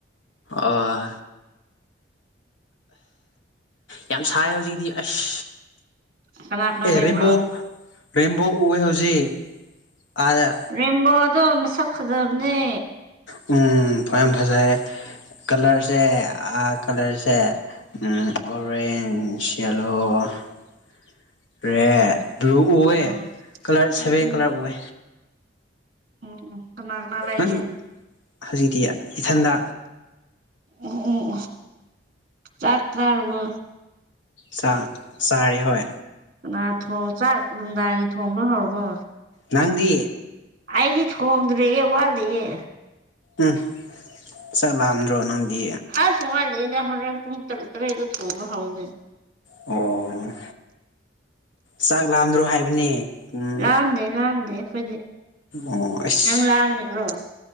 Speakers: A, on the left (about 80°); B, on the right (about 45°).
A: ꯑꯣ ꯌꯥꯝ ꯁꯥꯏ ꯍꯧꯖꯤꯛꯇꯤ ꯑꯁ
B: ꯀꯅꯥ ꯀꯅꯥ
A: ꯑꯦ
B: ꯂꯩꯕ꯭ꯔꯣ
A: ꯔꯦꯝꯕꯣ ꯔꯦꯝꯕꯣ ꯎꯑꯦ ꯍꯧꯖꯤꯛ ꯑꯗꯥ
B: ꯔꯦꯝꯕꯣꯗꯣ ꯃꯁꯛ ꯐꯖꯕꯅꯦ
A: ꯎꯝ ꯌꯥꯝ ꯐꯖꯌꯦ ꯀꯂꯔꯁꯦ ꯀꯂꯔꯁꯦ <unintelligible> <unintelligible> ꯔꯦꯠ ꯕ꯭ꯂꯨ ꯎꯑꯦ
B: um
A: colour
B: um
A: seven colour ꯎꯋꯦ
B: ꯎꯝ ꯀꯅꯥ ꯀꯅꯥ ꯂꯩꯒꯦ
A: ꯅꯪ ꯍꯧꯖꯤꯛꯇꯤ ꯏꯊꯟꯗ
B: ꯎꯝ ꯆꯥꯛ ꯆꯥꯔꯕꯣ
A: ꯆꯥꯛ ꯆꯥꯔꯦ ꯍꯣꯢ
B: ꯀꯅꯥ ꯊꯣꯡ ꯆꯥꯛ ꯅꯨꯡꯗꯥꯡꯒꯤ ꯊꯣꯡꯕ ꯍꯧꯔꯕꯣ
A: ꯅꯪꯗꯤ
B: ꯑꯩꯗꯤ ꯊꯣꯡꯗ꯭ꯔꯌꯦ ꯋꯥꯠꯂꯤꯌꯦ
A: ꯎꯝ ꯆꯥꯛ ꯂꯥꯝꯗ꯭ꯔꯣ ꯅꯪꯗꯤ
B: ꯑꯁ ꯋꯥꯠꯂꯤꯗ ꯍꯣꯔꯦꯟ ꯄꯨꯡ ꯇꯥꯔꯨꯛ ꯇꯥꯔꯦꯠꯇ ꯊꯣꯡꯕ ꯍꯧꯒꯅꯤ
A: ꯑꯣ ꯆꯥꯛ ꯂꯥꯝꯗ꯭ꯔꯣ ꯍꯥꯏꯕꯅꯦ ꯎꯝ
B: ꯂꯥꯝꯗꯦ ꯂꯥꯝꯗꯦ ꯑꯩꯈꯣꯏꯗꯤ
A: ꯑꯣ ꯑꯁ
B: ꯅꯪ ꯂꯥꯝꯃꯤꯕ꯭ꯔꯣ